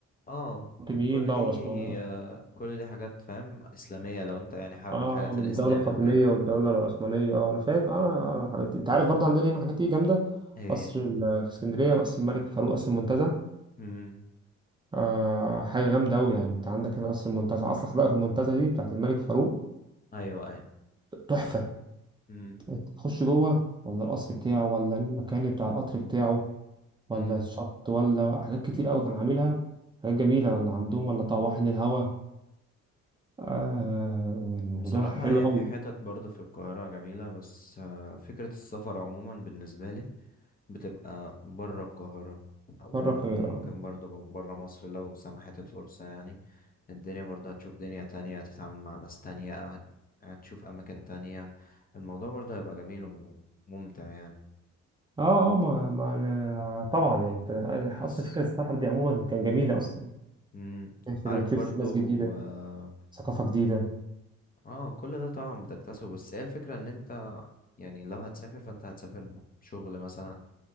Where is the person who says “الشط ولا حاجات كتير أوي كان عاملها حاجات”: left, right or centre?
Right